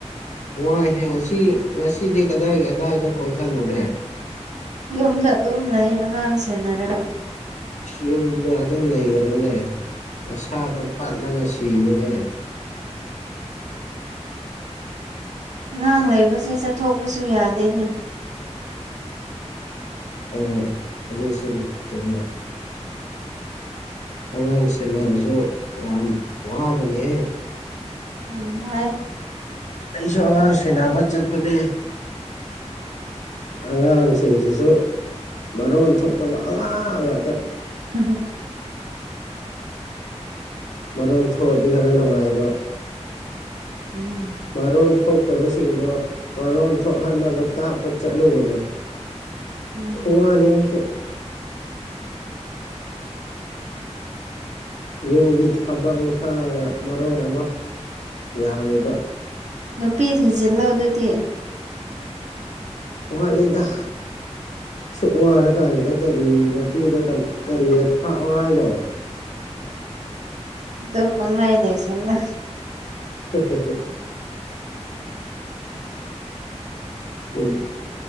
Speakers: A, on the left; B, on the right.
A: ꯋꯥꯏꯍꯦ ꯉꯁꯤ ꯉꯁꯤꯗꯤ ꯀꯗꯥꯏ ꯀꯗꯥꯏꯗ ꯀꯣꯏꯊꯠꯂꯨꯔꯦ
B: ꯌꯨꯝꯗ ꯑꯗꯨꯝ ꯂꯩ ꯑꯉꯥꯡ ꯁꯦꯟꯅꯔꯒ
A: ꯌꯨꯝꯗ ꯑꯗꯨꯝ ꯂꯩꯒꯅꯨꯅꯦ ꯅꯁꯥꯗꯣ ꯄꯠꯂꯒ ꯁꯤꯅꯤꯅꯦ
B: ꯑꯉꯥꯡ ꯂꯩꯕꯁꯦ ꯆꯠꯊꯣꯛꯄꯁꯨ ꯌꯥꯗꯦꯅꯦ
A: ꯑ ꯑꯗꯨꯁꯨ ꯆꯨꯃꯦ ꯑꯉꯥꯡ ꯁꯦꯟꯅꯕꯁꯨ ꯌꯥꯝ ꯋꯥꯕꯅꯦꯍꯦ
B: ꯎꯝ ꯍ
A: ꯑꯩꯁꯨ ꯑꯉꯥꯡ ꯁꯦꯅꯕ ꯆꯠꯄꯅꯦ ꯑꯉꯥꯡꯁꯤꯡꯁꯤꯁꯨ ꯃꯔꯣꯟ ꯊꯣꯛꯇꯕ ꯑꯉꯥꯡ ꯉꯥꯛꯇ
B: ꯍꯝ ꯍꯝ
A: ꯃꯔꯣꯟ ꯊꯣꯛꯑꯗꯤ ꯈꯔ ꯅꯨꯡꯉꯥꯏꯕ
B: ꯎꯝ
A: ꯃꯔꯣꯟ ꯊꯣꯛꯇꯕꯁꯤꯡꯗꯣ ꯃꯔꯣꯟ ꯊꯣꯛꯍꯟꯅꯕ ꯇꯥꯛꯄ ꯆꯠꯂꯨꯕꯅꯦ
B: ꯎꯝ
A: ꯈꯨꯋꯥꯅꯦꯁꯨ ꯌꯨꯝꯒꯤ ꯊꯕꯛ ꯏꯪꯈꯥꯡꯅ ꯃꯔꯣꯟ ꯑꯃ ꯌꯥꯝꯃꯤꯕ
B: ꯅꯨꯄꯤ ꯊꯤꯖꯤꯜꯂꯣ ꯑꯗꯨꯗꯤ
A: ꯐꯂꯗ ꯁꯨꯛ ꯋꯥꯔ ꯀꯥꯟꯁꯤꯗ ꯀꯔꯤ ꯅꯨꯄꯤꯗ ꯀꯔꯤꯅ ꯊꯥꯛꯑꯣ ꯍꯥꯏꯅꯣ
B: ꯑꯗꯨꯝ ꯄꯪꯂꯩꯏ ꯂꯩꯁꯪꯅ
A: ꯎꯝ ꯍ ꯍꯨꯝ ꯍꯣꯏ